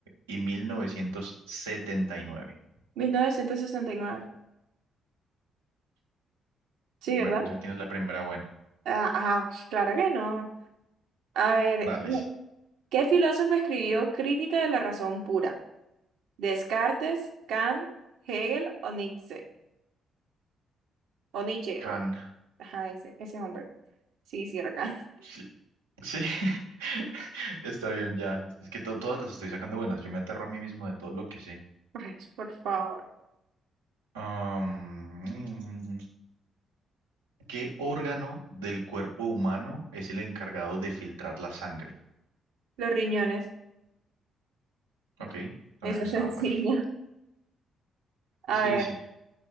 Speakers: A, on the right; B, on the right.
A: y y mil novecientos setenta y nueve.
B: 1969. Sí,
A: Bueno,
B: ¿verdad?
A: ya tienes la primera buena.
B: Ah, ah, claro que no. A ver,
A: Dale,
B: no, ¿qué filósofo escribió Crítica de la razón pura? ¿Descartes, Kant, Hegel o Nietzsche? O Nietzsche,
A: Can.
B: o- ajá, ese, ese hombre. Sí, sí, era Kant.
A: Sí, Sí, <laughs> está bien, ya. Es que to- todas las estoy sacando buenas. Yo me aterro a mí mismo de todo lo que sé.
B: <laughs> Ay, por favor.
A: Am, mm, ¿qué órgano del cuerpo humano es el encargado de filtrar la sangre?
B: Los riñones,
A: Ok, también
B: eso
A: estaba
B: es sencillo.
A: fácil.
B: A
A: Sí,
B: ver,
A: sí.